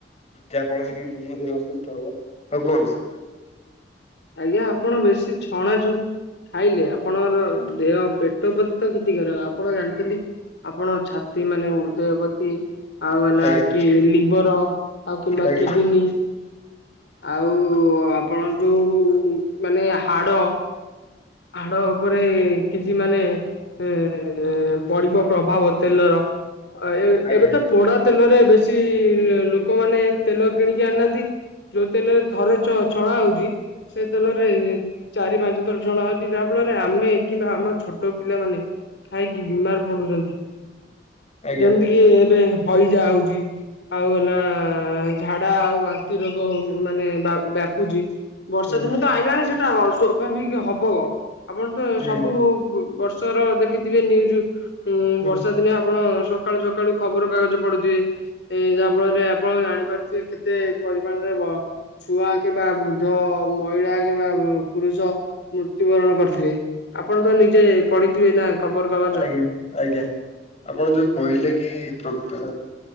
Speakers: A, on the left (about 40°); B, on the left (about 75°).
A: ଯାହା ଫଳରେ କି ମୋ ଦେହ ଅସୁସ୍ଥ ହବ, ହଁ କୁହନ୍ତୁ।
B: ଆଜ୍ଞା ଆପଣ ବେଶୀ ଛଣା ଛୁଣି ଖାଇଲେ ଆପଣଙ୍କର ଦେହ ପେଟ ପ୍ରତି ତ କ୍ଷତିକାରକ। ଆପଣ ଜାଣିଚନ୍ତି ଆପଣ ଛାତି ମାନେ ହୃଦୟ ପ ତି ଆଉ ହେଲା
A: ଆଜ୍ଞା
B: କି ଲିଭର୍ ଆଉ କିମ୍ବା
A: ଆଜ୍ଞା
B: କିଡନୀ ଆଉ ଆପଣ ଯୋଉ ମାନେ ହାଡ ହାଡ ଉପରେ କିଛି ମାନେ ଏ, ପଡିବ ପ୍ରଭାବ ତେଲର। ଅ, ଏ
A: ଆଜ୍ଞା
B: ଏବେ ତ ପୋଡ଼ା ତେଲରେ ବେଶୀ ଏ ଲୋକମାନେ ତେଲ କିଣିକି ଆଣୁନାହାନ୍ତି। ଯୋଉ ତେଲ ଘରେ ଛ- ଛଣା ହଉଛି ସେ ତେଲରେ ଏ ଚାରି ପାଞ୍ଚ ଥର ଛଣା ହଉଚି ଯାହା ଫଳରେ ଆମେ କିମ୍ବା ଆମ ଛୋଟ ପିଲାମାନେ ଖାଇକି ବିମାର ପଡୁଚନ୍ତି।
A: ଆଜ୍ଞା
B: ଯେମିତି କିି ଏବେ ହଇଜା ହଉଛି ଆଉ ହେଲା ଝାଡା ଆଉ ବାନ୍ତି ରୋଗ ହଉ ମାନେ ବା-ବ୍ୟାପୁଚି ବର୍ଷା
A: ହୁଁ
B: ଦିନ ତ ଆଇଲାଣି ସେଟା ସ୍ୱଭାବିକ ହବ। ଆପଣ ତ ସବୁ
A: ଆଜ୍ଞା।
B: ବର୍ଷର ଦେଖିଥିବେ ନ୍ୟୁଜ୍? ଉଁ
A: ହୁଁ,
B: ବର୍ଷା ଦିନେ ଆପଣ ସକାଳୁ ସକାଳୁ ଖବର କାଗଜ ପଢୁଥିବେ। ଏ ଯାହା ଫଳରେ ଆପଣ ଜାଣିପାରୁଥିବେ କେତେ ପରିମାଣରେ ବ ଛୁଆ କିମ୍ବା ବୃଦ୍ଧ ମହିଳା କିମ୍ବା ପୁରୁଷ ମୃତ୍ୟୁ ବରଣ କରିଥିବେ ଆପଣ ତ ନିଜେ ପଢିଥିବେ ନା? ଖବର କାଗଜ
A: ଆଜ୍ଞା ଆଜ୍ଞା ଆପଣ ଯୋଉ କହିଲେ କି ମୃତ୍ୟୁ